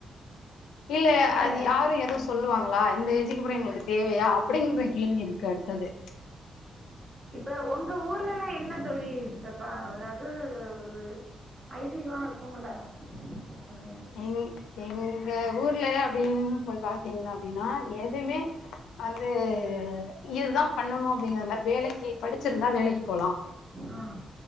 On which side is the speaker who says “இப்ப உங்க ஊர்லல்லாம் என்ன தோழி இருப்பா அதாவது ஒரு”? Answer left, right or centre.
Right